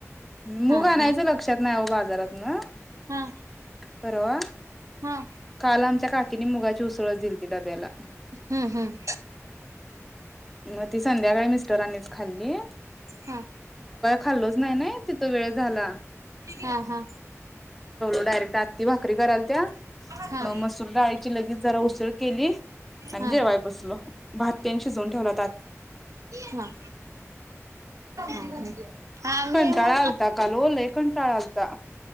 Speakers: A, in the centre; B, on the right.
A: मूग
B: हा
A: आणायचं
B: हा
A: लक्षात नाही हो बाजारात ना.
B: हा
A: बरवा
B: हा
A: काल आमच्या काकीने मुगाची उसळत दिली त डब्याला
B: हम्म हम्म.
A: मग ती संध्याकाळी मिस्टरांनीच खाल्ली.
B: हा.
A: खाल्लच नाही नाही तिथं वेळ झाला.
B: हा हा.
A: डायरे आ भारी करा
B: हा
A: म डग ज केली आणि
B: हा
A: जेवाय
B: हा
A: बसल भात्यांनी शिजवून ठेवलंात
B: हा ह. हा मी
A: कंटाळा
B: मग
A: आलता काल ओ लय कंटाळा आलता